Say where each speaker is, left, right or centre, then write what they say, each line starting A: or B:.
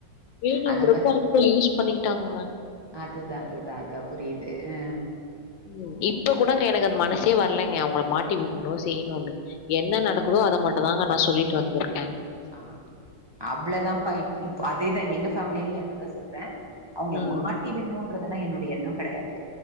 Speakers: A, on the left (about 80°); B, on the right (about 40°).
A: வேணுன்றப்போ
B: அந்த மா
A: அவுங்க யூஸ் பண்ணிக்கிட்டாங்கங்க
B: அதுதா அதுதா அதுதா புரியுது ஆ
A: ம் இப்ப கூடங்க எனக்கு அது மனசே வர்லைங்க அவுங்கள மாட்டி விட்ணு செய்யணுன்னு என்ன நடக்கணு ஓ அத மட்டுந்தாங்க நா சொல்லிட்டு வந்துருக்க
B: ஆ அவ்ளதாப்பா இப் இப்ப அதேதா எங்க ஃபேமிலிலயு அததா சொல்ற அவுங்கள
A: ம்.
B: மாட்டி விட்ணுன்றதெல்லா என்னோடைய எண்ணோ கெடையாது